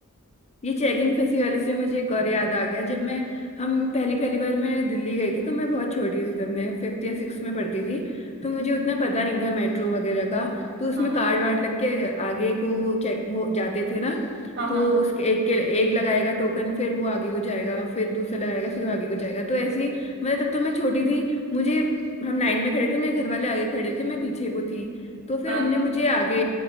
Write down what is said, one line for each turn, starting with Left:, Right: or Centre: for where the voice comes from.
Left: ये चेकिंग फंसी वाली से मुझे एक और याद आ गया जब मैं हम पहली पहली बार मैं दिल्ली गई थी तो मैं बहुत छोटी थी तब मैं फिफ्थ या सिक्स में पढ़ती थी तो
Right: हम्म,
Left: मुझे उतना पता नहीं था मेट्रो वगैरह का तो उसमें
Right: हाँ
Left: कार्ड वार्ड लग के आगे को चेक वो जाते थे ना
Right: हाँ
Left: तो
Right: हाँ
Left: उसके एक के एक लगाएगा टोकन फिर वो आगे को जाएगा फिर दूसरा लगाएगा फिर वो आगे को जाएगा तो ऐसे ही मतलब तब तो मैं छोटी थी मुझे हम लाइन में खड़े थे मेरे घर वाले आगे खड़े थे मैं पीछे को थी तो फिर
Right: हाँ
Left: उनने मुझे आगे